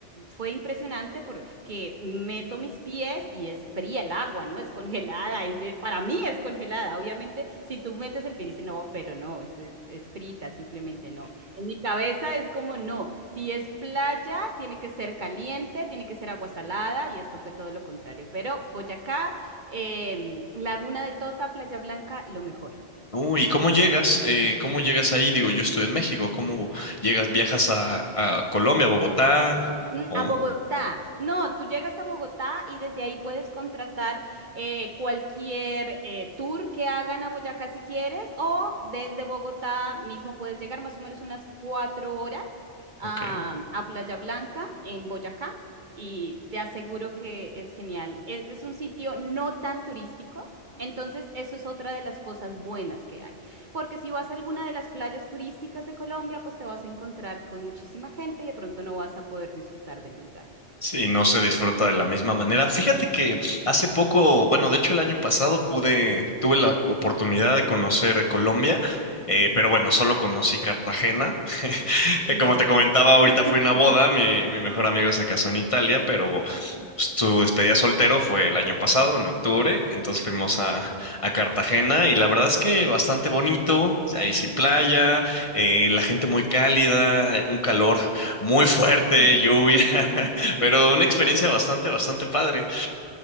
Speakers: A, on the right; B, on the left.
A: fue impresionante porque meto mis pies y es fría el agua, ¿no? Es congelada, es de, para mí es congelada. Obviamente, si tú metes el pie, dices, no, pero no, es, es, es frita, simplemente no. En mi cabeza es como, no, si es playa, tiene que ser caliente, tiene que ser agua salada, y esto fue todo lo contrario. Pero Boyacá, em, Laguna de Tota, Playa Blanca, lo mejor.
B: Uy, ¿y ¿cómo llegas? Eh, ¿cómo llegas ahí? Digo, yo estoy en México. ¿Cómo llegas? ¿Viajas a, a Colombia, Bogotá?
A: Mm,
B: ¿O-
A: A Bogotá. No, tú llegas a Bogotá y desde ahí puedes contratar eh, cualquier eh, tour que hagan a Boyacá si quieres, o desde Bogotá mismo puedes llegar más o menos unas cuatro horas a,
B: ok.
A: a Playa Blanca en Boyacá y te aseguro que es genial. Es, es un sitio no tan turístico, entonces eso es otra de las cosas buenas que hay. Porque si vas a alguna de las playas turísticas de Colombia, pues te vas a encontrar con muchísima gente y de pronto no vas a poder disfrutar del lugar.
B: Sí, no se disfruta de la misma manera. Fíjate que hace poco, bueno, de hecho el año pasado pude, tuve la oportunidad de conocer Colombia, eh,
A: Ujú.
B: pero bueno, solo conocí Cartagena. <laughs>
A: Ah, mm,
B: Eh, Como
A: la
B: te
A: típica,
B: comentaba,
A: sí.
B: ahorita
A: <laughs>
B: fui a una boda, mi, mi mejor amigo se casó en Italia, pero
A: Ujú.
B: tu despedida soltero fue el año pasado, en octubre, entonces fuimos
A: Ah,
B: a, a Cartagena y la verdad es que bastante bonito, ahí sí
A: ujú,
B: playa, eh, la gente muy cálida, eh, un calor muy fuerte,
A: sí.
B: lluvia,
A: <laughs>
B: <laughs> pero una experiencia
A: Sí,
B: bastante, bastante padre.